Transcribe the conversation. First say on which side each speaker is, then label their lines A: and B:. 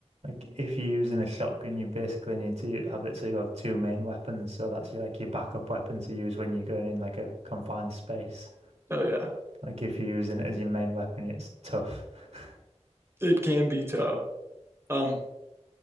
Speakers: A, on the right; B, on the right.
A: Like if you're using a shotgun, you basically need to have it so you have two main weapons. So that's your, like your backup weapon to use when you're going in like a confined space.
B: Oh, yeah,
A: Like if you're using it as your main weapon, it's tough. <laughs>
B: it can be tough. Um,